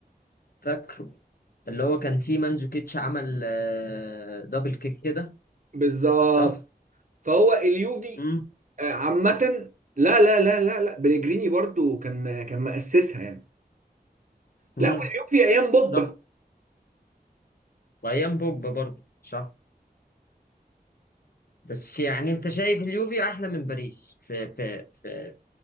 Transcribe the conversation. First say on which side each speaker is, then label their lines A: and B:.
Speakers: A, on the left (about 65°); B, on the right (about 50°).
A: فاكره اللي هو كان فيه مانزوكيتش عمل آه، دبل كيك كده
B: بالظبط
A: صح؟
B: فهو اليوفي
A: مم.
B: آه، عامه لا لا لا لا لا بليجريني برضو كان كان مؤسسها يعني
A: مم.
B: لا والعيوب في ايام بوجبا
A: صح وايام بوجبا برضه صح بس يعني انت شايف اليوفي احلى من باريس في في في